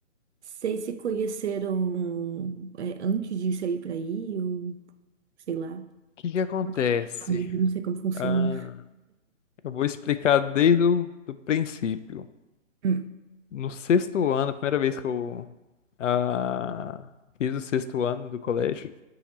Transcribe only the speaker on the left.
que que acontece?
Ah, eu vou explicar desde o do princípio.
No sexto ano, a primeira vez que eu ah, fiz o sexto ano do colégio,